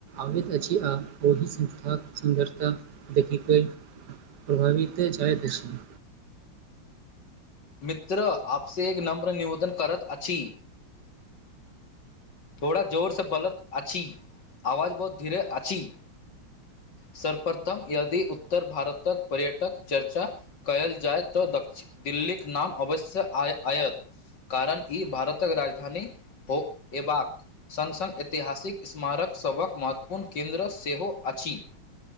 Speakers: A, on the right (about 60°); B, on the left (about 60°).
A: आबैत अछि। आ ओहि संस्थाक सुन्दरता देखिक प्रभावित जायत अछि।
B: मित्र आपसे एक नम्र निवेदन करत अछि। थोड़ा जोरसँ बलत अछि आवाज बहुत धीरे अछि। सर्वप्रथम यदि उत्तर भारतक पर्यटक चर्चा कयल जायत तऽ दक्षि दिल्लीक नाम अवश्य आय आयत। कारण ई भारतक राजधानी हो अयबाक संग संग ऐतिहासिक स्मारक सभक महत्वपूर्ण केन्द्र सेहो अछि।